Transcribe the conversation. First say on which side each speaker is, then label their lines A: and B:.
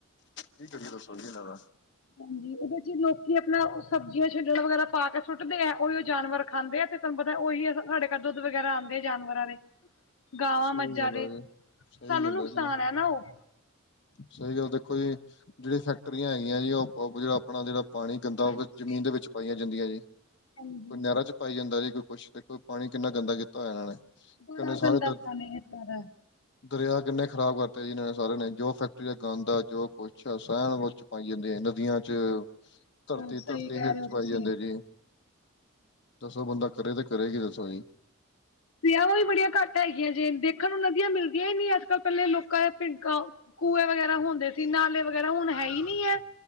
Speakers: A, on the left (about 55°); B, on the left (about 75°).
A: ਕੀ ਕਰੀਏ ਦੱਸੋ ਜੀ ਇਹਨਾਂ ਦਾ
B: ਹਾਂਜੀ, ਉਹਦੇ ਚ ਲੋਕੀ ਆਪਣਾ ਸਬਜ਼ੀਆਂ ਛੱਡਣ ਵਗੈਰਾ ਪਾ ਕੇ ਸੁੱਟਦੇ ਆ। ਉਹੀ ਉਹ ਜਾਨਵਰ ਖਾਂਦੇ ਆ ਤੇ ਤੁਹਾਨੂੰ ਪਤਾ ਉਹੀ ਸਾਡੇ ਘਰ ਦੁੱਧ ਵਗੈਰਾ ਆਉਂਦੇ ਆ ਜਾਨਵਰਾਂ ਦੇ।
A: <inaudible>
B: ਗਾਵਾਂ
A: ਸਹੀ
B: ਮੱਝਾਂ
A: ਗੱਲ
B: ਦੇ,
A: ਹੈ ਜੀ ਸਹੀ
B: ਸਾਨੂੰ
A: ਗੱਲ
B: ਨੁਕਸਾਨ
A: ਜੀ
B: ਹੈ ਨਾ ਉਹ
A: ਸਹੀ ਗੱਲ ਦੇਖੋ ਜੀ, ਜਿਹੜੀ ਫੈਕਟਰੀਆਂ ਹੈਗੀਆਂ ਜੀ ਉਹ ਜਿਹੜਾ ਆਪਣਾ ਜਿਹੜਾ ਪਾਣੀ ਗੰਦਾ
B: ਹਾਂਜੀ।
A: ਹੋਵੇ ਜ਼ਮੀਨ ਦੇ ਵਿੱਚ ਪਾਈਆਂ ਜਾਂਦੀਆਂ ਜੀ। ਕੋਈ
B: ਹਾਂਜੀ
A: ਨਹਿਰਾਂ ਚ ਪਾਇ ਜਾਂਦਾ ਜੀ ਕੋ ਕੁਛ ਦੇਖੋ ਪਾਣੀ ਕਿੰਨਾ ਗੰਦਾ ਕੀਤਾ ਹੋਇਆ ਇਹਨਾਂ ਨੇ।
B: ਬੜਾ
A: ਕਿੰਨੇ ਸਾਰੇ
B: ਗੰਦਾ
A: ਦ
B: ਸਮੇ ਇਦਾਂ ਦਾ।
A: ਦਰਿਆ ਕਿੰਨੇ ਖ਼ਰਾਬ ਕਰਤੇ ਜਿਨਾਂ ਨੇ ਸਾਰਿਆਂ ਨੇ, ਜੋ ਫੈਕਟਰੀ ਦਾ ਗੰਦ ਆ ਜੋ ਕੁਛ ਅੱਛਾ, ਸਹਿਣ ਵੱਲ ਚ ਪਾਈ ਜਾਂਦੀ ਹੈ, ਨਦੀਆਂ ਚ, ਧਰਤੀ-ਧਰਤੀ
B: ਸਹੀ ਕਹਿ
A: ਹੇਠ
B: ਰਹੇ
A: ਚ
B: ਹੋ
A: ਪਾਈ
B: ਤੁਸੀਂ
A: ਜਾਂਦੇ ਜੀ। ਦੱਸੋ ਬੰਦਾ ਕਰੇ ਤਾਂ ਕਰੇ ਕੀ ਦੱਸੋ ਜੀ?
B: ਸੇਵਾਂ ਵੀ ਬੜੀਆਂ ਘੱਟ ਹੈਗੀਆਂ, ਜੇ ਦੇਖਣ ਨੂੰ ਨਦੀਆਂ ਮਿਲਦੀਆਂ ਹੀ ਨਹੀਂ ਅੱਜ-ਕੱਲ ਪਹਿਲੇ ਲੋਕਾਂ ਭਿੰਕਾਂ ਕੂਹੇ ਵਗੈਰਾ ਹੁੰਦੇ ਸੀ, ਨਾਲੇ ਵਗੈਰਾ ਹੁਣ ਹੈ ਹੀ ਨਹੀਂ ਏ।